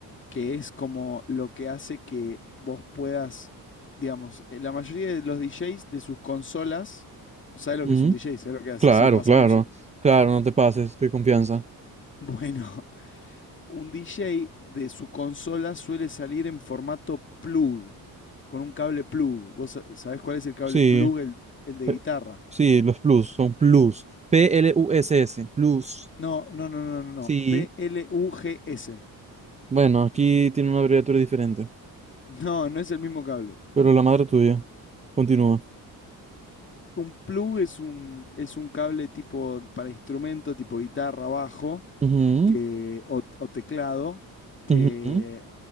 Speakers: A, on the left (about 30°); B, on the right (about 20°).
A: que es como lo que hace que vos puedas, digamos, eh, la mayoría de los DJs de sus consolas, ¿sabes lo
B: ujú.
A: que es un DJ? ¿Sabes lo que hace?
B: Claro,
A: Sí, pasa
B: claro.
A: música. <laughs>
B: Claro, no te pases, estoy confianza.
A: Bueno, un DJ de su consola suele salir en formato plug, con un cable plug. ¿Vos sa- sabés cuál es el cable
B: Sí,
A: plug? El, el de
B: eh,
A: guitarra.
B: sí, los plus, son plus. P-L-U-S-S, plus.
A: No, no, no, no, no, no.
B: Sí.
A: P-L-U-G-S.
B: Bueno, aquí tiene una abreviatura diferente,
A: No, no es el mismo cable.
B: pero la madre tuya. Continúa.
A: Un plug es un, es un cable tipo para instrumento, tipo guitarra, bajo
B: Ujú,
A: que, o, o teclado, que,
B: ujú,